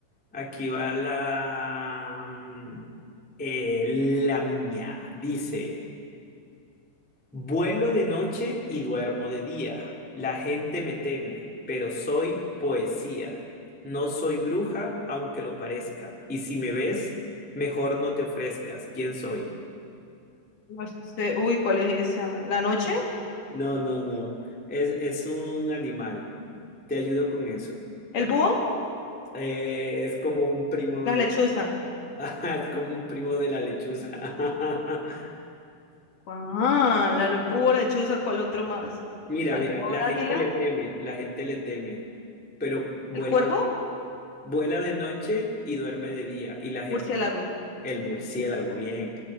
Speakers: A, in the centre; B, on the left.
A: aquí va la, mm, eh, la mía. Dice. Vuelo de noche y duermo de día. La gente me teme, pero soy poesía. No soy bruja, aunque lo parezca. Y si me ves, mejor no te ofrezcas. ¿Quién soy?
B: No sé, uy, ¿cuál es esa? ¿La noche?
A: No, no, no. Es, es un animal. Te ayudo con eso.
B: ¿El búho?
A: Eh, es como un primo
B: La
A: de...
B: lechuza.
A: <laughs> Ajá, Es como un primo de la lechuza. <laughs>
B: ah la lo- búho, la lechuza, ¿cuál otro más?
A: Mira,
B: Halcón,
A: mira, la gente
B: águila,
A: le teme, la gente le teme, pero vuela
B: el cuervo,
A: Vuela de noche y duerme de día. Y la gente,
B: murciélago.
A: el murciélago, bien.